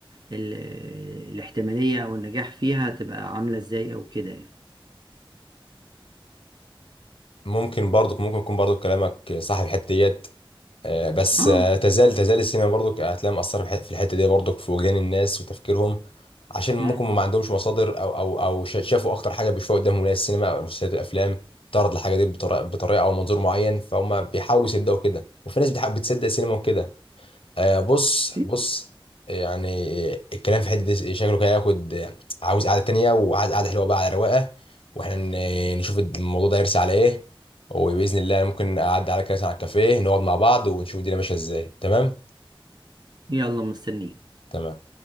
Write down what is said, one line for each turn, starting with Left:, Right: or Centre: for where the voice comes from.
Right: ال الاحتمالية او النجاح فيها تبقى عاملة ازاي او كده يعني
Left: ممكن برضك ممكن يكون برضك كلامك صح في الحته ديت آه، بس
Right: اه
Left: آه، تزال تزال السينما برضك هتلاقيها مأثرة في الح- في الحتة دي برضك في وجدان الناس وتفكيرهم عشان ممكن
Right: مم.
Left: ما عندهمش مصادر أو أو أو شا- شافوا أكتر حاجة بيشوفوها قدامهم اللي هي السينما أو المسلسلات الأفلام تعرض الحاجة دي بطريقة بطريقة أو منظور معين فهم بيحاولوا يصدقوا كده وفي ناس بتح- بتصدق السينما وكده آه بص
Right: في
Left: بص يعني الكلام في حته دي شكله كده ياخد عاوز قعده تانية وعايز قعده حلوه بقى على رواقه واحنا ن- نشوف الموضوع ده يرسى على ايه وباذن الله ممكن اعدي على كاس على الكافيه نقعد مع بعض ونشوف الدنيا ماشيه ازاي تمام
Right: يلا مستنيين
Left: تمام